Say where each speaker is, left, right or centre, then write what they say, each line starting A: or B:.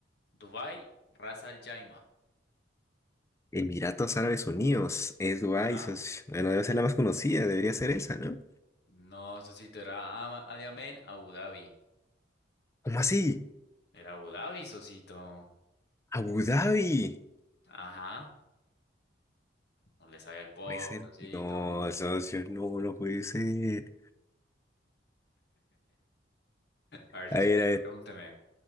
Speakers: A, on the left; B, on the left.
A: Dubai, Ras Al Jaima.
B: Emiratos Árabes Unidos. Es Dubái,
A: Ajá.
B: socio. Bueno, debe ser la más conocida, debería ser esa, ¿no?
A: No, Sosito, era Ama- Adiamén, Abu Dhabi.
B: ¿Cómo así?
A: Era Abu Dhabi, Sosito.
B: Abu Dhabi.
A: Ajá. No le sabía el pop,
B: Puede ser.
A: Sosito.
B: No, socio, no, no puede ser.
A: A ver, Sosito,
B: A ver, a ver.
A: pregúnteme.